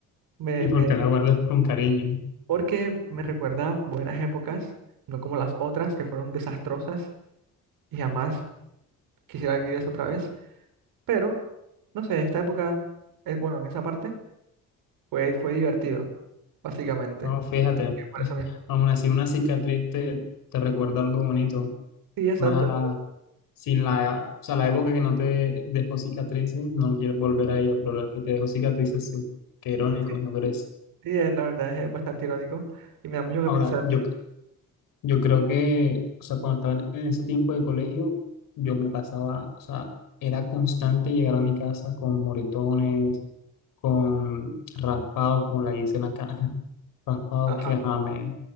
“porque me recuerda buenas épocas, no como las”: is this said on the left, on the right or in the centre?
Right